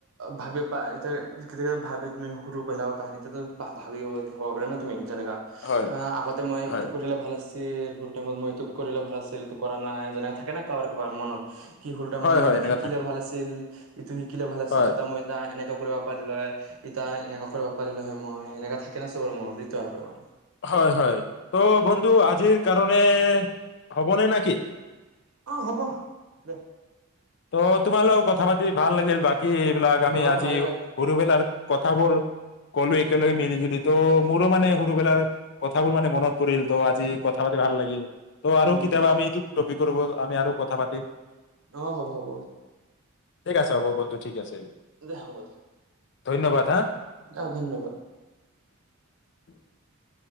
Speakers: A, on the right (about 70°); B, on the left (about 50°).
A: ভাবি পা ইতিয়া কেতিয়াবা ভাবে তুমি সৰু বেলাৰ কাহানীটো ভা ভা ভাবি হাগৰে ন তুমি। যেনেকা,
B: হয়
A: অ আগতে মই
B: হয়
A: ইটো কৰিলে ভাল আ। এ সৰুটাইমত মই এইটো কৰিলে ভাল আছিল কৰা নাই যেনেই থাকে ন। কবাৰ কবাৰ মনত। কি হ'ল তাৰমানে
B: হয়
A: মই
B: হয়
A: এইটো
B: এনেকা
A: শিকিলে
B: থাকে
A: ভাল আছিল, ইটো শিকিলে ভাল আছিল
B: হয়
A: তেতিয়া মই এটা এনেকুৱা। কৰিব পাৰিল হয়, ইতা এনেকা কৰিব পাৰিল হয় মই, এনেকা থাকে না চবৰ মনত এইটো হয় আৰু মানে।
B: হয় হয়, ত' বন্ধু আজিৰ কাৰণে হ'বনে নেকি?
A: অ হ'ব, দে।
B: ত তোমালোক কথা পাতি ভাল লাগিল বাকী। কি এইবিলাক আমি
A: মোৰো
B: আজি
A: ভালে লাগিল
B: সৰুবেলাৰ। কথাবোৰ কলো একেলগে মিলি জুলি ত' মোৰো মানে সৰুবেলাৰ কথাবোৰ মানে মনত পৰিল ত' আজি কথা পাতি ভাল লাগিল। তো আৰু
A: উম
B: কিতিয়াবা আমি এ। টপিকৰ ওপৰত আমি আৰু কথা পাতিম।
A: অ হ'ব হ'ব।
B: ঠিক আছে হ'ব বন্ধু ঠিক আছে।
A: দে হ'ব দে,
B: ধন্যবাদ হা
A: আহ ধন্যবাদ।
B: <unintelligible>